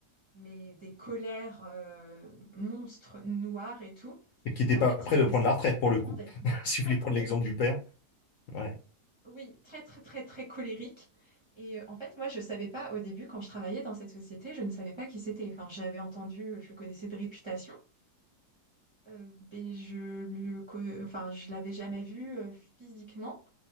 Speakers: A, on the right (about 30°); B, on the left (about 70°).
A: mais des colères euh, monstres, noires et tout.
B: Et qui n'était
A: Et en
B: pas
A: fait,
B: prêt
A: il avait
B: de prendre
A: cette
B: la retraite pour
A: passion
B: le coup.
A: d'être
B: <laughs> Si
A: très
B: vous voulez
A: colérique.
B: prendre l'exemple du père. Ouais.
A: Oui, très, très, très, très colérique. Et euh, en fait, moi, je savais pas au début, quand je travaillais dans cette société, je ne savais pas qui c'était. Enfin, j'avais entendu, je le connaissais de réputation. Euh, ben, je lui, co- enfin, je l'avais jamais vu euh, physiquement.